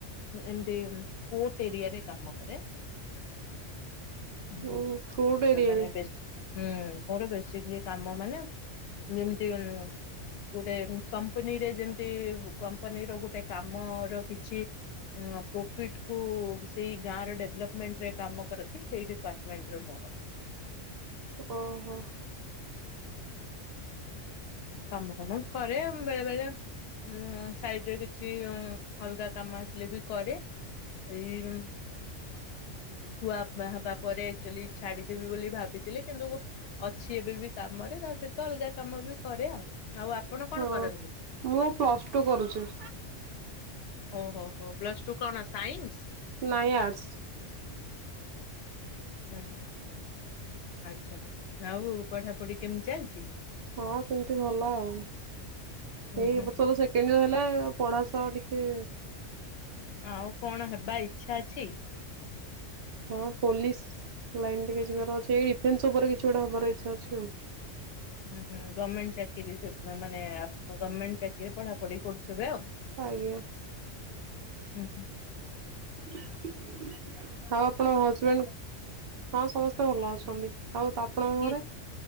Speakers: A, on the left; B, on the right.
A: ଏମ୍ତି ପୋର୍ଟ ଏରିଆରେ କାମ କରେ। ମୋର
B: ଓହୋ <unintelligible> ଏରିଆ
A: ମାନେ
B: ରେ।
A: ବେଶୀ ହୁଁ ମୋର ବେସିକ୍ଲି କାମ ମାନେ ଯେମ୍ତି ଗୋଟେ କମ୍ପାନୀରେ ଯେମ୍ତି କମ୍ପାନୀ ର ଗୋଟେ କାମ ର କିଛି ପ୍ରୋଫିଟ୍ କୁ ସେଇ ଗାଁ ର ଡେଭ୍ଲପମେଣ୍ଟରେ କାମ କରନ୍ତି ସେଇ ଡିପାର୍ଟମେଣ୍ଟରେ ମୋର।
B: ଓହୋ।
A: କାମ ଫାମ କରେ, ବେଳେ-ବେଳେ ଉଁ ସାଇଡ୍ ରେ କିଛି ଅଲଗା କାମ ଆସିଲେ ବି କରେ। <unintelligible> ଛୁଆ ଫୁଆ ହବା ପରେ ଆକ୍ଚୁଆଲି ଛାଡିଦେବି ବୋଲି ଭାବିଥିଲି କିନ୍ତୁ ଅଛି ଏବେ ବି କାମରେ ତା ସହିତ ଅଲଗା କାମ ବି କରେ ଆଉ, ଆଉ କଣ
B: ହଁ
A: କରନ୍ତି
B: ମୁଁ ପ୍ଲସ୍ ଟୁ କରୁଚି।
A: ଓହୋ ହୋ ପ୍ଲସ ଟୁ କଣ ସାଇନ୍ସ?
B: ନାଇଁ ଆର୍ଟ୍ସ।
A: ହୁଁ-ହୁଁ। ଆଚ୍ଛା, ଆଉ ପଢାପଢି କେମିତି ଚାଲିଚି?
B: ହଁ ସେମ୍ତି ଭଲ ଆଉ,
A: ହୁଁ
B: ଏଇ
A: ହୁଁ
B: ଏବର୍ଷ
A: ହୁଁ।
B: ତ ସେ <unintelligible> ହେଲେ ପଢା ସହ ଟିକେ
A: ଆଉ କଣ ହେବା ଇଚ୍ଛା ଅଛି?
B: ହଁ ପୋଲିସ ଲାଇନ୍ ଟିକେ ଯିବାର ଅଛି ଏଇ ରିଫେନ୍ସ ଉପରେ କିଛି ଗୋଟେ ହେବାର ଇଚ୍ଛା ଅଛି ଆଉ
A: ହୁଁ ହୁଁ ଗମେଣ୍ଟ ଚାକିରି ମାନେ ଆ ଗମେଣ୍ଟ ଚାକିରିରେ ପଢାପଢି କରୁଥିବେ ଆଉ।
B: ଆଜ୍ଞା।
A: ହୁଁ ହଁ।
B: ଆ ଆଉ ଆପଣଙ୍କ ହଜବେଣ୍ଡ ହଁ ସମସ୍ତେ ଭଲ ଅଛନ୍ତି। ଆଉ ଆପଣଙ୍କ
A: କିଏ
B: ଘରେ?